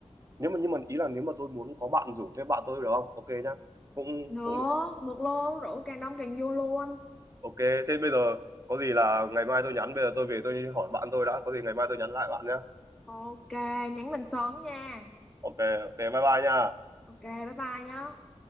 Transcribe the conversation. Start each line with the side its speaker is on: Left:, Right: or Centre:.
Right: nếu mà nhưng mà ý là nếu mà tôi muốn có bạn rủ thêm bạn tôi được không ok nhá cũng
Centre: được
Right: cũng được
Centre: được luôn rượu càng đông càng vô luôn
Right: Ok, thế bây giờ có gì là ngày mai tôi nhắn, bây giờ tôi về tôi hỏi bạn tôi đã, có gì ngày mai tôi nhắn lại bạn nhé.
Centre: ok nhắn mình sớm nha
Right: Ok, ok, bye bye nha.
Centre: ok bye bye nhá